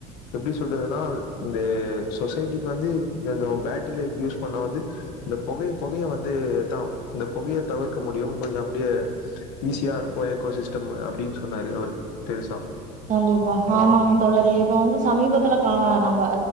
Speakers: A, on the left; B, on the right.
A: எப்டி சொல்றதுனா இந்த சொசைட்டிக்கு வந்து கொஞ்ச பேட்ரி லைஃப் யூஸ் பண்ணா வந்து இந்த புகைய புகைய வந்து தா இந்த புகைய தவிர்க்க முடியும் கொஞ்ச அப்டியே ஈஸியா இருக்கு ஏக்கோசிஸ்டம் அப்டின் சொன்னாரு அவரு பெருசா
B: கண்டிப்பா ஆமாங்க
A: ஆ
B: தோழரே இப்ப வந்து சமீபத்துல கா நம்ப